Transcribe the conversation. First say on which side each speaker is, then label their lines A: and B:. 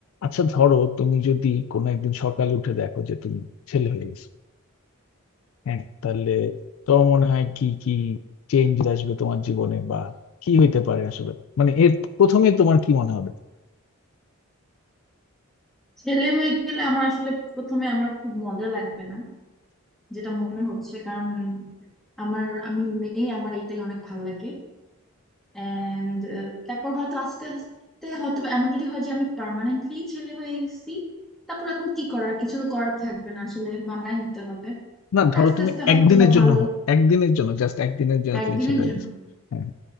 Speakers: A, on the left; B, in the centre.
A: আচ্ছা ধরো তুমি যদি কোনো একদিন সকালে উঠে দেখো যে তুমি ছেলে হয়ে গেছো হ্যাঁ তাহলে তোমার মনে হয় কি কি চেঞ্জ আসবে তোমার জীবনে বা কি হইতে পারে আসলে মানে এর প্রথমে তোমার কি মনে হবে
B: ছেলে হয়ে গেলে আমার আসলে প্রথমে আমার খুব মজা লাগবে না যেটা মনে হচ্ছে কারণ আমার আমি মেয়ে আমার এটাই অনেক ভালো লাগে এন্ড তারপর হয়তো আস্তে আস্তে হয়তো এমন যদি হয় যে আমি পার্মানেন্টলি ছেলে হয়ে গেছি তারপর এখন কি করার কিছু তো করার থাকবে না আসলে মানায় নিতে হবে
A: না
B: তারপর
A: ধরো
B: আস্তে
A: তুমি
B: আস্তে হয়তো
A: একদিনের
B: বা
A: জন্য
B: ভালো
A: হ- একদিনের জন্য জাস্ট একদিনের জন্য
B: একদিনের
A: তুমি ছেলে হয়ে
B: জন্য
A: গেছো হ্যাঁ